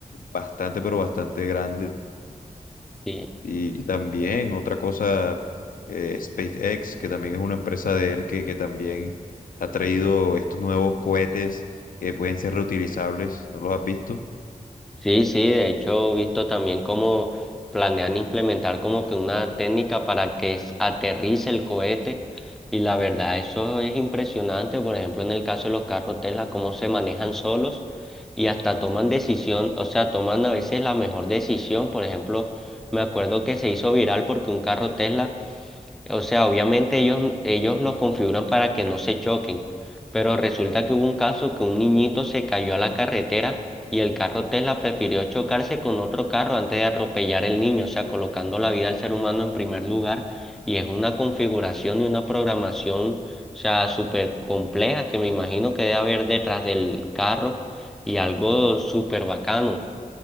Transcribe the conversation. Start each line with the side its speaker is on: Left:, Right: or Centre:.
Left: bastante, pero bastante grandes.
Centre: Sí,
Left: Y también otra cosa, eh, SpaceX, que también es una empresa de él, que, que también ha traído estos nuevos cohetes que pueden ser reutilizables. ¿No los has visto?
Centre: sí, sí, de hecho he visto también cómo planean implementar como que una técnica para que s- aterrice el cohete y la verdad eso es impresionante, por ejemplo en el caso de los carros Tesla, cómo se manejan solos y hasta toman decisión, o sea, toman a veces la mejor decisión, por ejemplo, me acuerdo que se hizo viral porque un carro Tesla O sea, obviamente ellos, ellos los configuran para que no se choquen, pero resulta que hubo un caso que un niñito se cayó a la carretera y el carro Tesla prefirió chocarse con otro carro antes de atropellar el niño, o sea, colocando la vida del ser humano en primer lugar. Y es una configuración y una programación, o sea, súper compleja que me imagino que debe haber detrás del carro y algo súper bacano.